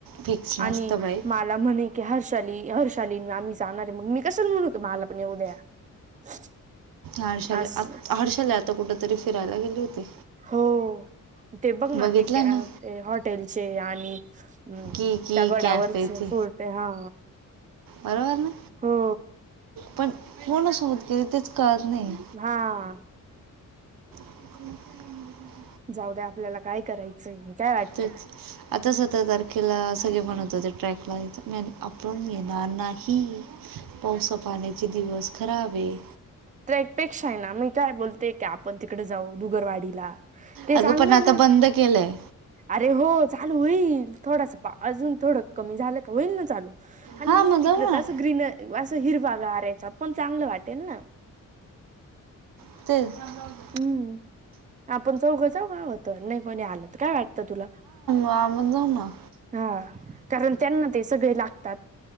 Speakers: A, on the right; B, on the right.
A: फिक्स नसतं
B: आणि,
A: बाई
B: मा ला म्हणे की हर्षाली, हर्षाली आम्ही जाणार आहे मग मी कशाला म्हणू कि मला पण येऊ द्या. <inaudible>
A: हारशल
B: अस
A: आता हर्शल अप. आता कुठ तरी फिरायला गेले होते,
B: हो ते बघ ना
A: बघितला
B: ते
A: ना.
B: ते हॉटेलचे आणि त्या
A: की की
B: गडावरचे
A: कॅफेचे
B: फूर्ट हा.
A: बरोबर ना,
B: हो
A: पण कोणा सोबत गेली तेच कळत नाही.
B: हा.
A: <inaudible>
B: जाऊदे आपल्याला काय कराय चय. <unintelligible>
A: तेच, आता सतरा तारखेला सगळे मनत होते ते ट्रॅक ला यायच मी मनल आपण येणार नाही. पावसा पाण्याचे दिवस खराबये.
B: ट्रेकपेक्षा आहे ना मी काय बोलते का आपण तिकडे जाऊ बुगरवाडीला. ते
A: अगं
B: चांगलंय
A: पण आता
B: ना,
A: बंद केलंय
B: अरे हो चालू होईल. थोडासा पा अजून थोडं कमी झालं का होईल ना चालू आणि
A: हा
B: नाही
A: मग
B: तिकड
A: जाऊ ना
B: तर असं ग्रीन असं हिरवा गारायचा पण चांगलं वाटेल ना.
A: तेच.
B: हम्म, आपण चौघं जाउ हवतर नाही कोणी आलं तर काय वाटतं तुला?
A: आपण जाऊना.
B: हा कारण त्यांना ते सगळे लागतात,